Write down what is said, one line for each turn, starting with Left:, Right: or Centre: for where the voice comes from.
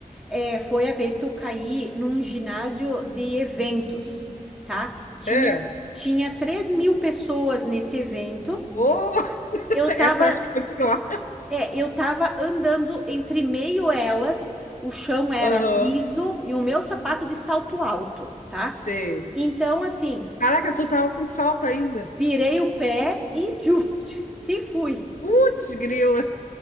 Centre: é, foi a vez que eu caí num ginásio de eventos, tá? Tinha,
Left: É.
Centre: tinha três mil pessoas nesse evento.
Left: Oh, <laughs>
Centre: Eu tava,
Left: essa acho que foi pior.
Centre: é, eu tava andando entre meio elas, o chão era
Left: Aham,
Centre: liso e o meu sapato de salto alto, tá?
Left: sei.
Centre: Então, assim,
Left: Caraca, tu tava com salto ainda.
Centre: virei o pé e juft, se fui.
Left: Putz, grila.